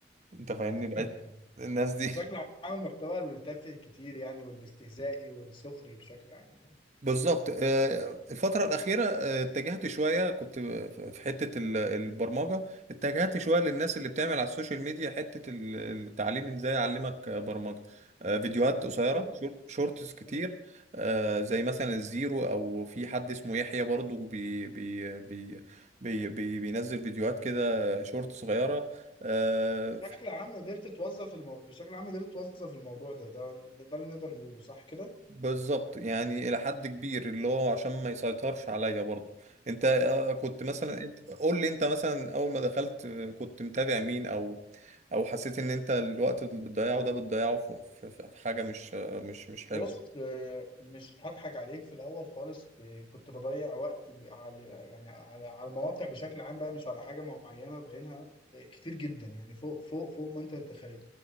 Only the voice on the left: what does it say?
ايوه
بشكل
عام المحتوى التافه كتير يعني والاستهزائي والسخري بشكل عام يعني
حلو
حلو.
بشكل عام قدرت توظف المو... بشكل عام قدرت توظف الموضوع ده ده ده اللي نقدر نقوله صح كده؟
بص
آه، مش هضحك عليك في الاول خالص آه، كنت بضيع وقت ب- على يعني على على المواقع بشكل عام بقى مش على حاجه معينه بعينها آه، كتير جدا يعني فوق فوق فوق ما انت تتخيل